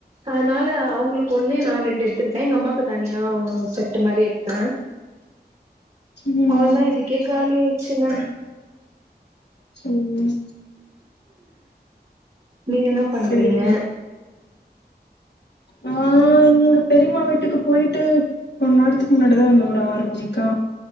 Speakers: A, on the right; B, on the left.
A: அதனால அவுங்களுக்கு ஒன்னு நா ரெண்டு எடுத்துக்கிட்டே எங்க அம்மாக்கு தனியா ஓ செட்டு மாரி எடுத்தே
B: ம்
A: அதல்லா இதுக்கே காலி ஆயிடுச்சுங்க
B: ம்
A: நீங்க என்னா பண்றீங்க
B: சேரி ஆ எங்க பெரியமா வீட்டுக்கு போயிட்டு கொஞ்ச நேரத்துக்கு முன்னாடிதா ஒரு ஆறு மணிக்கா